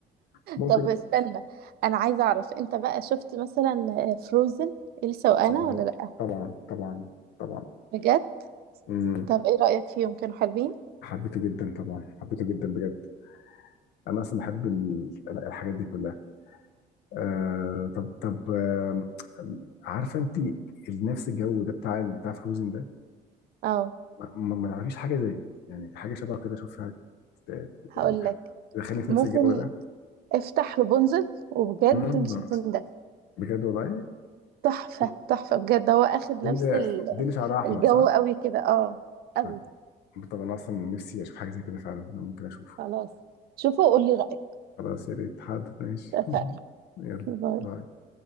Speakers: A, on the left; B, on the right.
A: ممكن
B: طب استنى انا عايزه اعرف انت بقى شفت مثلا فروزن إلسا وانا
A: آه،
B: ولا لا
A: طبعا طبعا طبعا
B: بجد
A: امم
B: طب ايه رايك فيهم كانوا حلوين
A: حبيته جدا طبعا حبيته جدا بجد انا اصلا بحب ال- الحاجات دي كلها آه طب طب آه عارفه انت نفس الجو ده بتاع بتاع فروزن ده
B: اه
A: ما ما- ما تعرفيش حاجه زي يعني حاجه شبه كده اشوفها ت-
B: هقول
A: يعني
B: لك
A: دخلني في
B: ممكن
A: نفس الجو ده
B: افتح رابنزل وبجد
A: مم.
B: مش هتندم
A: بجد والله دي
B: تحفة
A: دي
B: تحفة بجد هو اخد
A: اللي
B: نفس ال-
A: دي اللي شعرها احمر
B: الجو
A: صح؟
B: قوي كده اه قوي
A: طب طب انا اصلا نفسي اشوف حاجه زي كده فعلا انا ممكن اشوفه
B: خلاص شوفوا وقولي رأيك
A: خلاص يا ريت حاضر ماشي
B: اتفقنا
A: <laughs> يلا
B: باي.
A: باي